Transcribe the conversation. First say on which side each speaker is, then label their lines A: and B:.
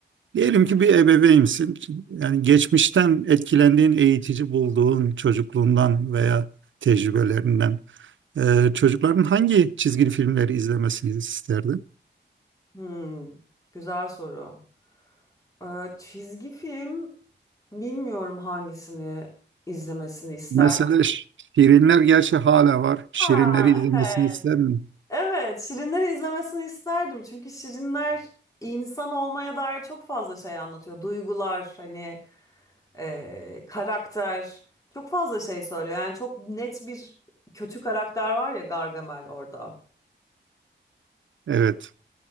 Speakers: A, on the right; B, on the left.
A: Diyelim ki bir ebeveynsin. Yani geçmişten etkilendiğin eğitici bulduğun çocukluğundan veya tecrübelerinden e, çocukların hangi çizgi filmleri izlemesini isterdin?
B: Hmm, güzel soru. Ee, çizgi film bilmiyorum hangisini izlemesini isterdim.
A: Mesela Ş- Şirinler gerçi hala var. Şirinleri
B: Aa,
A: izlemesini
B: evet.
A: ister mi?
B: Evet, Şirinleri izlemesini isterdim. Çünkü Şirinler insan olmaya dair çok fazla şey anlatıyor. Duygular, hani e, karakter çok fazla şey söylüyor. Yani çok net bir kötü karakter var ya Gargamel orada.
A: Evet.